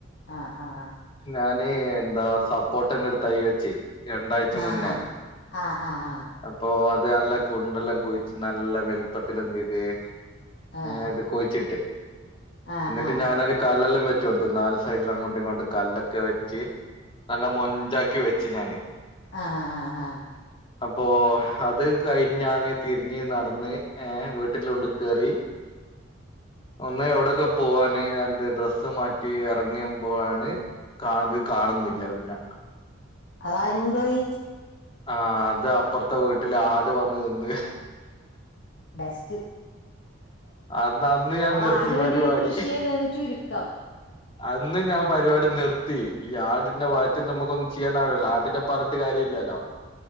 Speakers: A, on the left (about 55°); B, on the left (about 25°).
A: ആ ആ
B: ഞാന് എന്താ ഒര് സപ്പോട്ടന്റെ ഒരു തൈ വെച്ച് രണ്ടാഴ്ച
A: ആ ആ
B: മുന്നേ
A: ആ
B: <inaudible>
A: ആ ആ ആ
B: അപ്പൊ അത് നല്ല കുണ്ടെല്ലാം കുഴിച്ച് നല്ല വെൽപ്പത്തില് എന്തെയ്ത്
A: ആഹ്
B: ഏഹ് ഇത് കുഴിച്ചിട്ട്
A: ആഹ്
B: ഇന്ന്ട്ട്
A: ആഹ്
B: ഞാനൊരു കല്ലെല്ലാം വെ ച്ചൊട്ത്തു നാല് സൈഡിൽഅങ്ങോട്ടും ഇങ്ങോട്ട് കല്ലൊക്കെ വെച്ച് നല്ല മൊൻ ഞ്ചാക്കി വെച്ചു ഞാന്
A: ആഹ് ആഹ് ആഹ്
B: <inaudible> അപ്പോ അത് കഴിഞ്ഞാന് തിരിഞ്ഞ് നട്ന്ന് ഏഹ് വീട്ടിലുള്ള്ക്കേറി ഒന്ന് എവിടെക്കാെ പോവാന് ഞാൻഎന്റെ ഡ്രസ്സ് മാറ്റി എറങ്ങിയപ്പോഴാണ് കാത് കാണുന്നില്ല പിന്നെ
A: അആരു കൊണ്ടോയി
B: ആഹ് അത് അപ്പൊർത്തെ വീട്ടിലെ ആട് വന്ന് തിന്ന്
A: ബെസ്റ്റ്
B: അന്ന് അന്ന് ഞാൻ
A: അപ്പൊ
B: നിർത്തി
A: ആടിന് വേണ്ടിയാണ്
B: പരിപാടി
A: കൃഷി ചെയ്തന്ന് ചുരുക്കം
B: അന്ന് ഞാൻ പരിപാടി നിർത്തി ഈ ആടിന്റെ വയിറ്റിൽ നമുക്കൊന്നും ചെയ്യാനാവ്‌ലല്ലോ ആടിന്റെ പറട്ട് കാര്യം ഇല്ലാലോ